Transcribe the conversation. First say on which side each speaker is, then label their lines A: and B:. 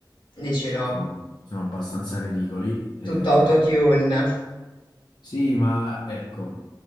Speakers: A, on the left; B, on the left.
A: Dici no?
B: sono, sono abbastanza ridicoli. eh,
A: Tutto autotune.
B: sì, ma ecco,